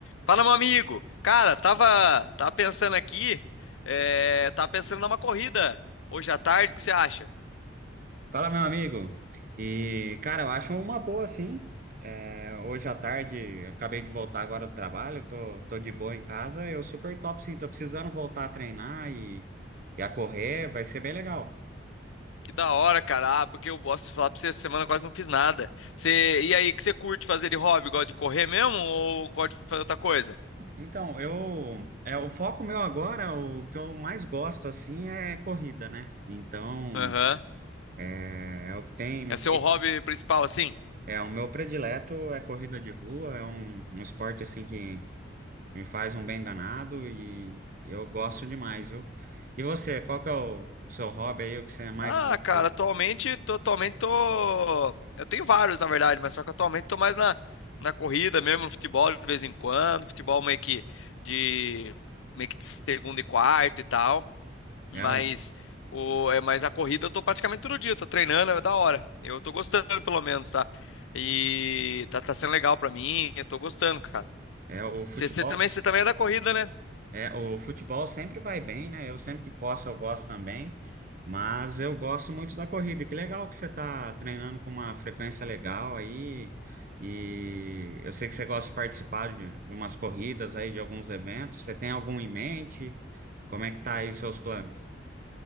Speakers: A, on the left; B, on the right.
A: Fala, meu amigo. Cara, tava, tava pensando aqui, é, tava pensando numa corrida hoje à tarde, o que você acha?
B: Fala, meu amigo. E, cara, eu acho uma boa, sim. É, hoje à tarde, acabei de voltar agora do trabalho, tô, tô de boa em casa. Eu super top, sim. Tô precisando voltar a treinar e, e a correr, vai ser bem legal.
A: Que da hora, cara. Ah, porque eu posso falar pra você, essa semana eu quase não fiz nada. Você, e aí, o que você curte fazer de hobby? Gosta de correr mesmo ou gosta de fazer outra coisa?
B: Então, eu, é, o foco meu agora, o que eu mais gosto, assim, é corrida, né? Então,
A: Aham.
B: é, é o que tem me
A: É
B: feito.
A: seu hobby principal, assim?
B: É, o meu predileto é corrida de rua, é um, um esporte, assim, que Me faz um bem danado e eu gosto demais, viu? E você, qual que é o seu hobby aí, o que você mais
A: Ah,
B: gosta de
A: cara,
B: fazer?
A: atualmente, tô- atualmente tô. Eu tenho vários, na verdade, mas só que atualmente tô mais na, na corrida mesmo, no futebol de vez em quando. Futebol meio que de, meio que de segunda e quarta e tal. Mas,
B: É, um,
A: o, é, mas a corrida eu tô praticamente todo dia, tô treinando, é da hora. Eu tô gostando, pelo menos, tá? E tá, tá sendo legal pra mim, eu tô gostando, cara.
B: é o futebol?
A: Você também, você também é da corrida, né?
B: É, o futebol sempre vai bem, né? Eu sempre que posso eu gosto também, mas eu gosto muito da corrida. Que legal que você tá treinando com uma frequência legal aí. E eu sei que você gosta de participar de, de umas corridas aí, de alguns eventos. Você tem algum em mente? Como é que tá aí os seus planos?